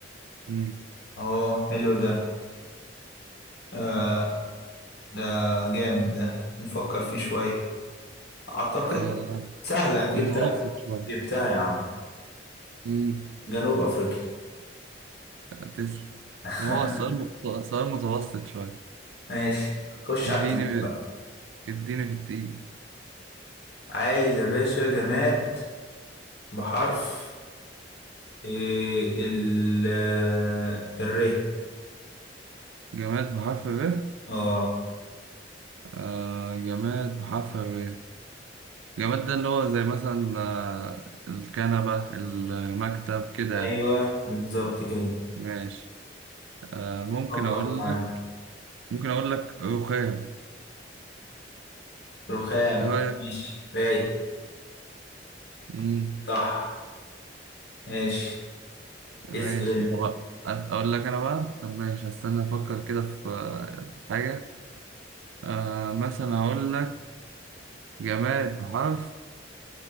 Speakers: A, on the right; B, on the left.
A: مم.
B: اه حلو ده آه ده جامد ده نفكر فيه شويه اعتقد
A: آه
B: سهله جبتها
A: متوسط شوية
B: جبتها يا عم
A: مم.
B: جنوب افريقيا
A: آه، تسلم
B: <laughs>
A: هو السؤال مت- سؤال متوسط شوية
B: ماشي خش
A: اديني
B: على التقيل بقى
A: اديني في التقيل
B: عايز يا باشا جماد بحرف إيه ال آه، الر
A: جماد بحرف ر
B: اه
A: آه جماد بحرف ر جماد ده اللي هو زي مثلا آه الكنبة المكتب كده
B: ايوه
A: يعني.
B: بالظبط كده
A: ماشي آه ممكن
B: فكر
A: أقول
B: يا معلم
A: لك ممكن أقول لك رخام
B: رخام
A: إيه رأيك؟
B: ماشي رايق
A: مم.
B: صح ماشي
A: ماشي
B: اسأل انت
A: طب أ- أقول لك أنا بقى طب ماشي هستنى أفكر كده في آه، حاجة آه مثلا أقول لك جماد بحرف